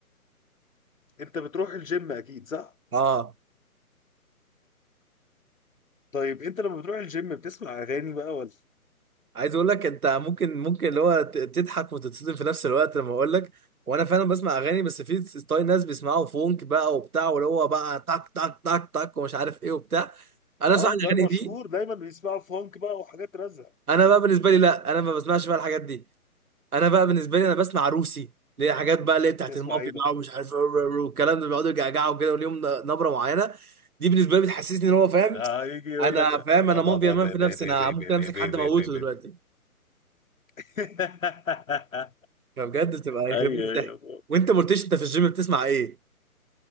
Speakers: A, on the left; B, on the right.
A: انت بتروح الجيم اكيد صح
B: اه
A: طيب انت لما بتروح الجيم بتسمع اغاني بقى ولا
B: عايز اقول لك انت ممكن ممكن اللي هو ت- تضحك وتتصدم في نفس الوقت لما اقول لك وانا فعلا بسمع اغاني بس في ستايل ناس بيسمعوا فونك بقى وبتاع واللي هو بقى تك تك تك تك ومش عارف ايه وبتاع انا
A: اه
B: صح الاغاني
A: ده المشهور
B: دي
A: دايما بيسمعوا فونك بقى وحاجات رزع
B: انا بقى بالنسبه لي لا انا ما بسمعش بقى الحاجات دي انا بقى بالنسبه لي انا بسمع روسي اللي هي حاجات بقى اللي هي بتاعت
A: تسمع
B: المافيا
A: ايه بقى
B: بقى ومش عارف رو- رو- رو، والكلام ده بيقعدوا يجعجعوا كده وليهم نبره معينه دي بالنسبه لي بتحسسني ان هو فاهم
A: اه يجي يقول
B: انا
A: لك
B: فاهم
A: بابا
B: انا مافيا
A: بابا
B: مان في
A: بابا
B: نفسي
A: بابا
B: انا ممكن
A: بابا
B: امسك حد
A: بابا
B: اموته
A: بابا
B: دلوقتي
A: <laughs>
B: فبجد بتبقى
A: ايوه
B: يخرب بيت الضحك
A: ايوه
B: وانت ما قلتليش انت في الجيم بتسمع ايه؟